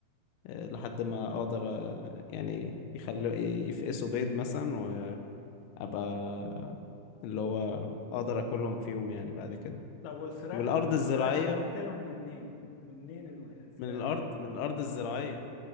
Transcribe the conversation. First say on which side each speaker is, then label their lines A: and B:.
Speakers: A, on the left; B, on the left.
A: آه، لحد ما اقدر آه، يعني يخلوا يفقسوا بيض مثلا وابقى اللي هو اقدر اكلهم في يوم يعني بعد كده
B: طب والفراخ
A: والارض الزراعيه
B: الفراخ هتوكلهم منين منين الو- الفراخ
A: من الارض من الارض الزراعيه